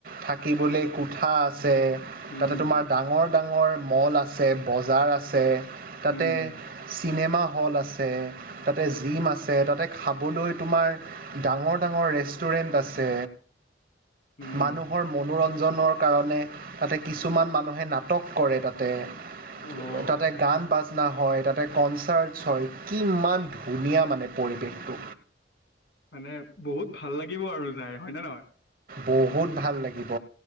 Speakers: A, on the right; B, on the left.
A: থাকিবলৈ কোঠা আছে। আছে
B: উম
A: তাতে তোমাৰ ডাঙৰ ডাঙৰ মল আছে বজাৰ আছে তাতে
B: উম
A: চিনেমা হল আছে তাতে জিম আছে তাতে খাবলৈ তোমাৰ ডাঙৰ ডাঙৰ ৰেষ্টুৰেণ্ট আছে।
B: উম,
A: মানুহৰ মনোৰঞ্জনৰ কাৰণে তাতে কিছুমান মানুহ নাটক কৰে তাতে---তাতে
B: অ',
A: গান বাজনা হয় তাতে কনচাৰ্টছ হয় কিমান ধুনীয়া মানে পৰিৱেশটো।
B: মানে বহুত ভাল লাগিব আৰু যাই হয়নে নহয়
A: বহুত ভাল লাগিব